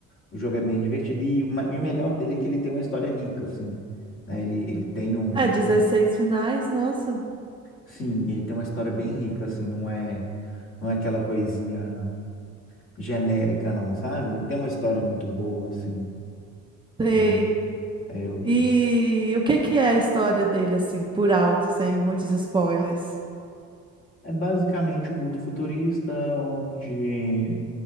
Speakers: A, on the left; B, on the right.
A: O jogo é bem divertido e, o ma- e o melhor dele é que ele tem uma história rica, assim, né? Ele, ele tem um,
B: É, 16 finais, nossa.
A: sim, ele tem uma história bem rica, assim, não é, não é aquela coisinha genérica, não, sabe? Ele tem uma história muito boa, assim,
B: Sei.
A: e é, eu
B: E o que que é a história dele, assim, por alto, sem muitos spoilers?
A: É basicamente um mundo futurista onde